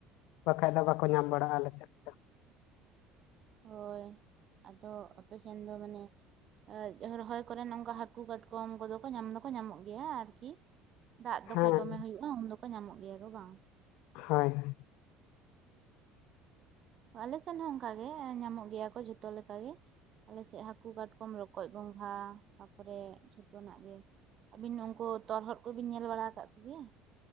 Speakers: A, on the left; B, on the right.
A: ᱵᱟᱠᱷᱟᱡ ᱫᱚ ᱵᱟᱠᱚ ᱧᱟᱢ ᱵᱟᱲᱟᱜᱼᱟ ᱟᱞᱮᱥᱮᱫ ᱫᱚ
B: ᱦᱳᱭ ᱟᱫᱚ ᱟᱯᱮᱥᱮᱱ ᱫᱚ ᱢᱟᱱᱮ ᱟᱡ ᱨᱚᱦᱚᱭ ᱠᱚᱨᱮᱱ ᱚᱱᱠᱟ ᱦᱟᱹᱠᱩ ᱠᱟᱴᱠᱚᱢ ᱠᱚᱫᱚ ᱠᱚ ᱧᱟᱢ ᱫᱚᱠᱚ ᱧᱟᱢᱚᱜ ᱜᱮᱭᱟ ᱟᱨᱠᱤ ᱫᱟᱜ ᱫᱚᱠᱷᱚᱡ
A: ᱦᱮᱸ
B: ᱫᱚᱢᱮ ᱦᱩᱭᱩᱜᱼᱟ ᱩᱱ ᱫᱚᱠᱚ ᱧᱟᱢᱚᱜ ᱜᱮᱭᱟ ᱠᱚ ᱵᱟᱝ
A: ᱦᱳᱭ ᱦᱳᱭ
B: ᱟᱞᱮ ᱥᱮᱫ ᱦᱚᱸ ᱚᱱᱠᱟᱜ ᱜᱮ ᱧᱟᱢᱚᱜ ᱜᱮᱭᱟ ᱠᱚ ᱡᱷᱚᱛᱚ ᱞᱮᱠᱟ ᱜᱮ ᱟᱞᱮᱥᱮᱫ ᱦᱟᱹᱠᱩ ᱠᱟᱴᱠᱚᱢ ᱨᱚᱠᱚᱡ ᱜᱚᱸᱜᱷᱟ ᱛᱟᱯᱚᱨᱮ ᱡᱷᱚᱛᱚᱱᱟᱜ ᱜᱮ ᱟᱹᱵᱤᱱ ᱩᱱᱠᱩ ᱛᱚᱨᱦᱚᱫ ᱠᱚᱵᱤᱱ ᱧᱮᱞ ᱵᱟᱲᱟ ᱟᱠᱟᱫ ᱠᱚᱜᱮᱭᱟ